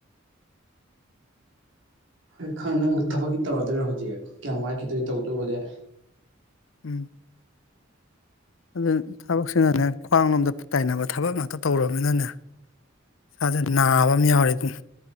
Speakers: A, on the right; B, on the left.
A: ꯍꯣꯏ ꯈꯪ ꯅꯪ ꯊꯕꯛꯇꯤ ꯇꯧꯔꯗꯣꯏꯔꯣ ꯍꯧꯖꯤꯛ ꯀꯌꯥꯝ ꯋꯥꯏꯈꯤꯗꯣꯏ ꯇꯧꯗꯧꯕꯗꯤ
B: ꯎꯝ ꯑꯗꯨ ꯊꯕꯛꯁꯤꯅꯅꯦ ꯈ꯭ꯋꯥꯡ ꯂꯣꯝꯗ ꯇꯥꯏꯅꯕ ꯊꯕꯛ ꯉꯥꯛꯇ ꯇꯧꯔꯕꯅꯤꯅꯅꯦ ꯏꯁꯥꯁꯦ ꯅꯥꯕ ꯑꯃ ꯌꯥꯎꯔꯦ ꯑꯗꯨꯨꯝ